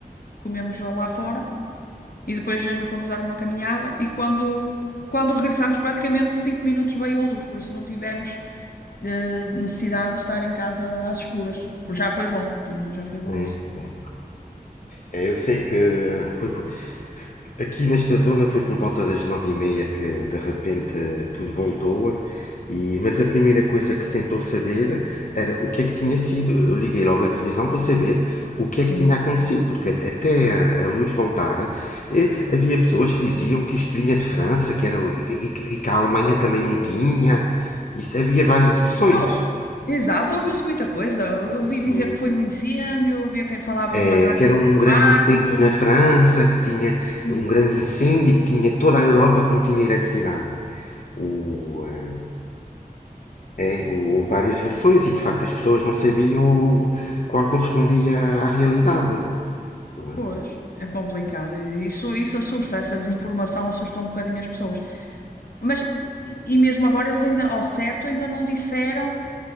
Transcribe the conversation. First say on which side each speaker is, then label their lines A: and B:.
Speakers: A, on the left; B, on the left.
A: comemos lá fora, E depois ainda fomos dar uma caminhada e quando, quando regressámos, praticamente cinco minutos veio a luz, por isso não tivemos eh, necessidade de estar em casa às escuras. Por já foi bom, pelo menos já foi bom
B: É,
A: isso.
B: é. É, eu sei que ah, foi por Aqui nesta zona foi por volta das nove e meia que de repente
A: Sim.
B: tudo voltou, e, mas a primeira coisa que se tentou saber era o que é que tinha sido. Eu liguei logo à televisão para saber o que
A: Sim.
B: é que tinha acontecido, porque até a, a luz voltar eh, havia pessoas que diziam que isto vinha de França, que era, e, e que a Alemanha também não tinha. Isto, havia várias versões.
A: Não, exato, ouviu-se muita coisa. Eu ouvi
B: Isto
A: dizer que foi um incêndio, ouvia quem falava de um
B: é
A: ataque
B: que era um grande
A: climático.
B: incêndio na França, que tinha
A: Sim.
B: um grande incêndio, que tinha toda a Europa que não tinha eletricidade. O, eh, é, houve várias versões e de facto as pessoas não sabiam qual correspondia à realidade. não
A: Pois,
B: é?
A: é complicado. Isso, isso assusta, essa desinformação assusta um bocadinho as pessoas. Mas, e e mesmo agora, eles ainda, ao certo, ainda não disseram